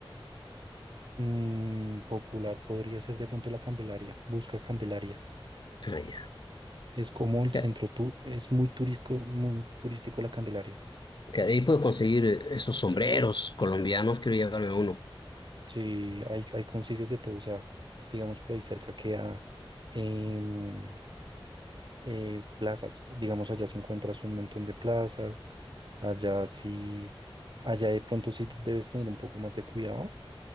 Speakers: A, on the right (about 55°); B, on the left (about 50°).
A: Mm, popular podría ser de pronto la Candelaria. Busca Candelaria.
B: Ah, ya.
A: Es como el
B: Que,
A: centro tour, es muy turístico, muy turístico la Candelaria.
B: que ahí puedo conseguir eh, esos sombreros colombianos, quiero llevarme uno.
A: Sí, ahí, ahí consigues de todo. O sea, digamos por ahí cerca queda em, eh, plazas. Digamos, allá si encuentras un montón de plazas, allá sí, allá de pronto sí debes tener un poco más de cuidado,